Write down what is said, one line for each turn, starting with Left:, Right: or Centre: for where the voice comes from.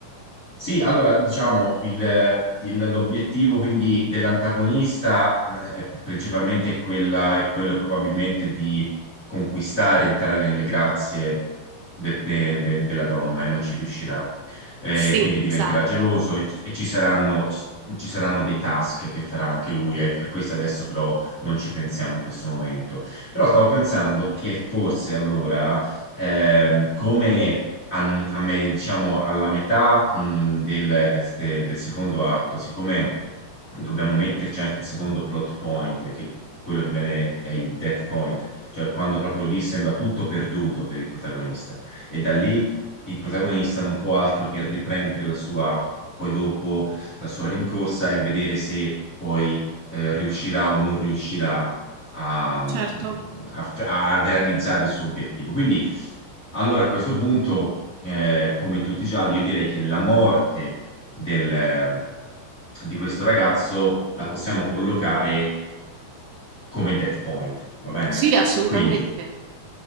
Left: sì, allora diciamo il- il- l'obiettivo quindi dell'antagonista eh, è principalmente quella, è quello probabilmente di conquistare, entrare nelle grazie de- de- de- della donna e non ci riuscirà. Eh,
Right: Sì,
Left: quindi diventerà
Right: esatto,
Left: geloso e, e ci saranno, ci, ci saranno dei task che farà anche lui, e, e questo adesso però non ci pensiamo in questo momento. Però stavo pensando che forse allora ehm, come a- a me- diciamo alla metà mh, del, del- de- del secondo atto, siccome dobbiamo metterci anche il secondo plot point, che è quello che viene è il dead point, cioè quando proprio lì sembra tutto perduto per il protagonista, e da lì il protagonista non può altro che riprendere la sua, poi dopo la sua rincorsa e vedere se poi eh, riuscirà o non riuscirà a, mm,
Right: certo.
Left: a f- a realizzare il suo obiettivo. Quindi, allora a questo punto, eh, come in tutti i gialli, io direi che la morte del- mm, di questo ragazzo la possiamo collocare come dead point, va bene?
Right: Sì, assolutamente.
Left: Quindi